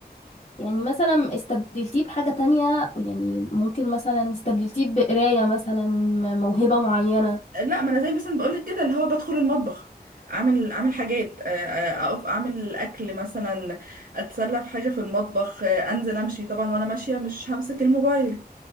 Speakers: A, on the left (about 45°); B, on the right (about 65°).
A: يعني مثلا استبدلتيه بحاجه تانية يعني ممكن مثلا استبدلتيه بقرايه مثلا م- موهبه معينه
B: لا ما انا زي مثلا بقولك كده اللي هو بدخل المطبخ اعمل اعمل حاجات آه، آه، اقف اعمل اكل مثلا اتسلى في حاجه في المطبخ آه، انزل امشي طبعا وانا ماشيه مش همسك الموبايل